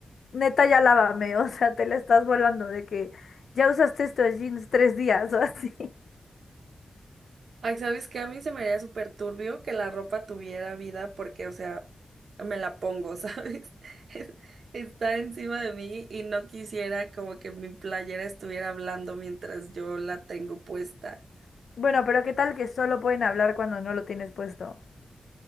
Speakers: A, on the left; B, on the right.
A: neta, ya lávame, <laughs> o sea, te la estás volando de que ya usaste estos jeans tres días o así. <laughs>
B: Ay, ¿sabes qué? A mí se me haría súper turbio que la ropa tuviera vida porque, o sea, me la pongo, ¿sabes? <laughs> Es- Está encima de mí y no quisiera como que mi playera estuviera hablando mientras yo la tengo puesta.
A: Bueno, pero ¿qué tal que solo pueden hablar cuando no lo tienes puesto?